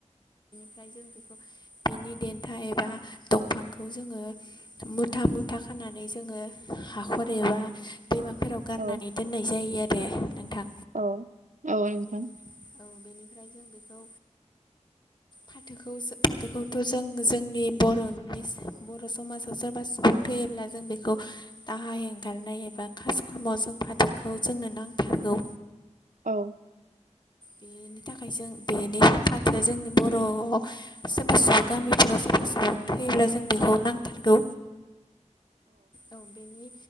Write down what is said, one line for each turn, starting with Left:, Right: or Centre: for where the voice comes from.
Left: ओमफ्राय जों बेखौ बेनि देन्था एबा दंफांखौ जोङो मुथा मुथा खा <unintelligible> नानै जोङो हाखर एबा दैमाफोराव गारनानै
Right: औ
Left: दोननाय जायो आरो नोंथां
Right: औ औ नोंथां
Left: बेनि औ बेनिफ्राय जों बेखौ
Right: <inaudible>
Left: फाथोखौ जो फाथोखौथ' जों जोंनि बर'निज बर' समाजाव सोरबा सुबुं थैयो अब्ला जों बेखौ दाहा हेंगारनाय एबा खास खर्मआव जों फाथोखौ जोंनो नां फारगौ
Right: औ
Left: बेनि थाखाय जों बेनि फाथो जोंनि बर'आव सोरबा सुबुं गामिफोराव सोरबा सु सुबुं थैयोब्ला जों बेखौ नांथारगौ। औ बेनि